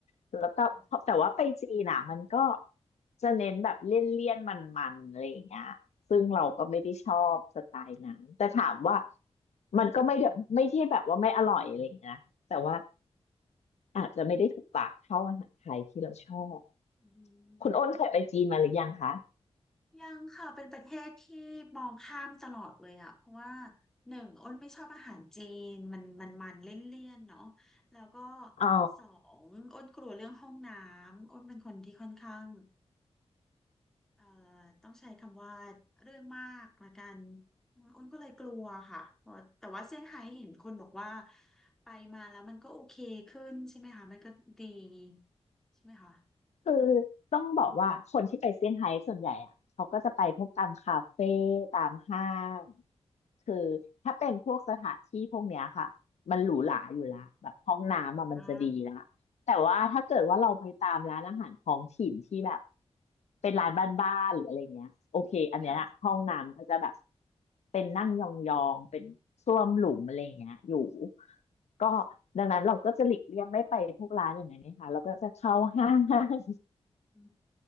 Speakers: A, on the left; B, in the centre.
A: แล้วก็เพราะแต่ว่าไปจีนอะมันก็
B: ค่ะ
A: จะเน้นแบบเลี่ยนๆมันๆอะไรอย่างเงี้ยซึ่งเราก็ไม่ได้ชอบสไตล์นั้นแต่ถามว่ามันก็ไม่ได้ไม่ที่แบบว่าไม่อร่อยอะไรอย่างเงี้ยนะแต่ว่าอาจจะไม่ได้ถูกปากเท่าอาหารไทยที่เราชอบ
B: อืม
A: คุณอ้นเคยไปจีนมาหรือยังคะ
B: ยังค่ะเป็นประเทศที่มองข้ามตลอดเลยอ่ะเพราะว่าหนึ่งอ้นไม่ชอบอาหารจีนมันมันมันเลี่ยนๆเนาะแล้วก็
A: อ๋อ
B: สองอ้นกลัวเรื่องห้องน้ำอ้นเป็นคนที่ค่อนข้างเอ่อต้องใช้คำว่าเรื่องมากละกันอ้นก็เลยกลัวค่ะเพราะแต่ว่าเซี่ยงไฮ้เห็นคนบอกว่าไปมาแล้วมันก็โอเคขึ้นใช่ไหมคะมันก็ดีใช่ไหมคะ
A: คือต้องบอกว่าคนที่ไปเซี่ยงไฮ้ส่วนใหญ่อะเขาก็จะไปพวกตามคาเฟ่ตามห้างคือถ้าเป็นพวกสถานที่พวกเนี้ยค่ะมันหรูหราอยู่ละแบบห้องน้ำอะมันจะดีละ
B: อ่า
A: แต่ว่าถ้าเกิดว่าเราไปตามร้านอาหารท้องถิ่นที่แบบ
B: ค่ะ
A: เป็นร้านบ้านๆหรืออะไรเงี้ยโอเคอันเนี้ยอะห้องน้ำก็จะแบบ
B: ค่ะ
A: เป็นนั่งยองๆเป็นส้วมหลุมอะไรเงี้ยอยู่ก็ดังนั้นเราก็จะหลีกเลี่ยงไม่ไปพวกร้านอย่างนั้นนะคะเราก็จะเข้าห้าง
B: อื